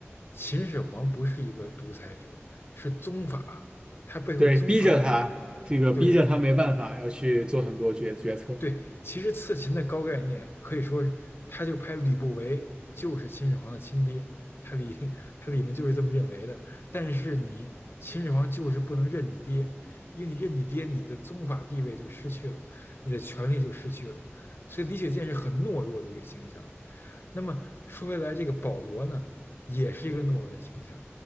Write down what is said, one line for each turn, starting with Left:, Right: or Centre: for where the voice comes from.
Left: 秦始皇不是一个独裁者，是宗法，它背后宗法，
Right: 对，逼着他，这个逼着他没办法，
Left: 对
Right: 要去做很多决决策。
Left: 对，其实刺秦的高概念可以说，他就拍吕不韦就是秦始皇的亲爹，他里他里面就是这么认为的。但是你秦始皇就是不能认你爹，因为你认你爹，你的宗法地位就失去了，你的权力就失去了，所以李雪健是很懦弱的一个形象。那么说回来，这个保罗呢，也是一个懦弱的形象，